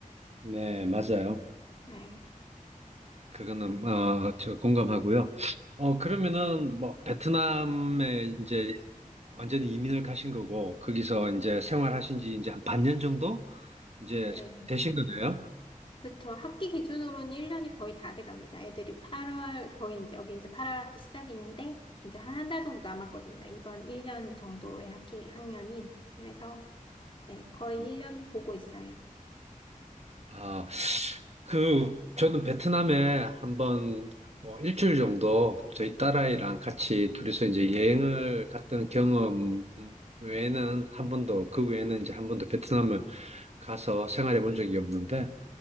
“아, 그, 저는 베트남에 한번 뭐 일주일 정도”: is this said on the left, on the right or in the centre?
Right